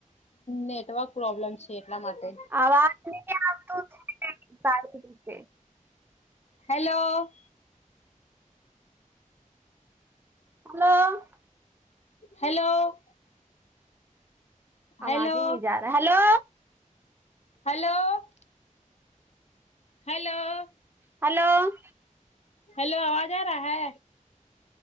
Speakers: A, on the left; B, on the right.
A: નેટવર્ક પ્રોબ્લેમ છે એટલા માટે.
B: આવાજ ન આવું <unintelligible>
A: હેલો.
B: હલો.
A: હેલો.
B: આવાજ
A: હેલો
B: હ નહી જા રહા hello.
A: Hello. Hello.
B: Hello.
A: Hello આવાજ આ રા હૈ?